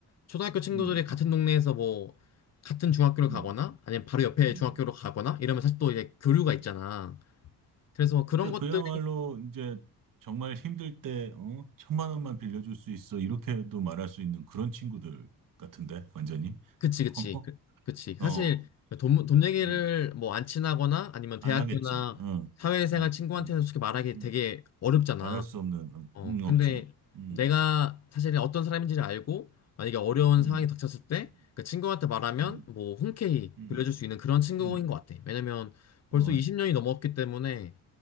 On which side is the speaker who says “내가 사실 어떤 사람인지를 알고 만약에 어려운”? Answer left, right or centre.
Left